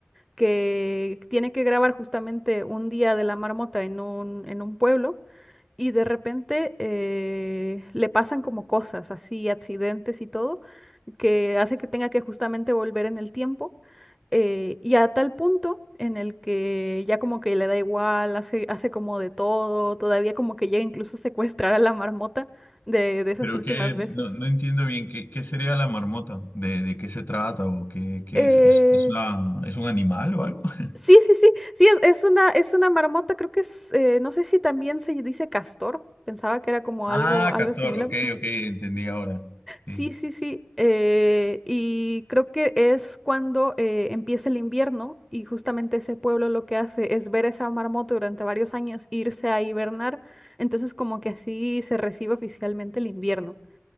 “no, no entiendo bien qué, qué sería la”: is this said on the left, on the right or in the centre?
Left